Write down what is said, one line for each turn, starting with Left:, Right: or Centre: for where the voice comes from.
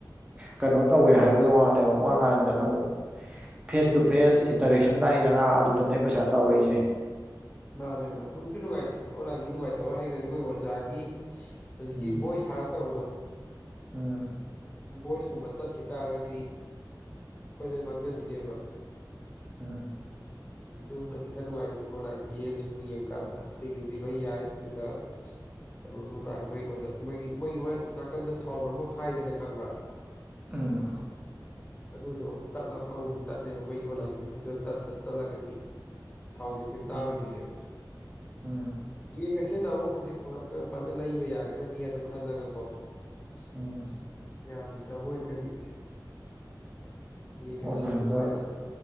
Right: ꯀꯩꯅꯣ ꯇꯧꯋꯦ ꯍꯥꯏꯕꯩ ꯋꯥꯅꯦꯕ ꯑꯣꯟꯂꯥꯏꯟꯗꯅ ꯑꯃꯨꯛ ꯐꯦꯁ ꯇꯨ ꯐꯦꯁ ꯏꯟꯇꯔꯦꯛꯁꯟ ꯂꯥꯛꯏꯗꯅ ꯑꯗꯨꯗꯅꯦ ꯄꯩꯁꯥ ꯆꯥꯎꯔꯛꯏꯁꯦ
Left: ꯃꯥꯅꯦ ꯃꯥꯅꯦ ꯅꯨꯡꯗꯤ ꯅꯨꯡꯉꯥꯏꯇꯦ ꯑꯣꯟꯂꯥꯏꯟꯒꯤ ꯅꯨꯡꯉꯥꯏꯇꯕ ꯍꯥꯏꯗꯅꯤ ꯃꯣꯏ ꯑꯣꯖꯥꯒꯤ ꯍꯧꯖꯤꯛꯀꯤ
Right: ꯎꯝ
Left: ꯕꯣꯏꯁ ꯊꯥꯔꯛꯇꯕꯗꯣ
Right: ꯎꯝ
Left: ꯚꯣꯏꯁꯀꯨꯝꯕ ꯇꯠꯈꯤ ꯇꯥꯔꯒꯗꯤ ꯑꯩꯈꯣꯏꯗꯗꯤ ꯃꯥꯡꯖꯗꯣꯏꯅꯦꯕ
Right: ꯎꯝ
Left: ꯑꯗꯨꯒꯨꯝꯃꯗꯤ ꯈꯔ ꯅꯨꯡꯉꯥꯏꯇꯦ ꯑꯣꯟꯂꯥꯏꯟꯒꯤ ꯑꯩꯅ ꯁꯨꯝ ꯌꯦꯡꯀꯥꯟꯗ ꯒꯤꯕꯨꯗꯤ ꯂꯣꯏ ꯌꯥꯏ ꯑꯗꯨꯒ ꯀꯩꯅꯣꯒꯤ ꯃꯇꯥꯡꯗ ꯃꯣꯏ ꯑꯣꯖꯥ ꯃꯣꯏꯒꯤ ꯃꯣꯏꯒꯤ ꯃ ꯅꯥꯀꯟꯗ ꯁꯥꯎꯟ ꯑꯃ ꯐꯥꯏꯗꯅ ꯈꯪꯕ꯭ꯔꯥ
Right: ꯎꯝ
Left: ꯑꯗꯨꯗꯣ ꯇꯠꯂꯕ ꯑꯃꯃꯨꯛ ꯇꯠꯂꯦꯕ ꯃꯩ ꯑꯣꯟꯂꯥꯏꯟꯒꯤ ꯑꯗꯨ ꯇꯠ ꯇꯠ ꯇꯠꯂꯒꯗꯤ ꯁꯥꯎꯁꯦ ꯑꯩꯈꯣꯏ
Right: ꯎꯝ
Left: ꯇꯥꯔꯣꯏꯗꯣꯏꯅꯦꯕ
Right: ꯎꯝ
Left: ꯌꯦꯡꯉꯁꯦ ꯇꯥꯃꯣ ꯍꯧꯖꯤꯛ ꯀꯔꯝ ꯀꯅ ꯂꯩꯕ ꯌꯥꯒꯗꯒꯦꯗꯣ ꯈꯜꯂꯒ ꯀꯣ
Right: ꯎꯝ
Left: ꯌꯥꯝꯗꯕ ꯑꯣꯏꯔꯒꯗꯤ ꯌꯦꯡꯉꯁꯤ
Right: ꯑꯣꯟꯂꯥꯏꯟꯗ
Left: ꯑꯗꯨꯃꯥꯏꯅ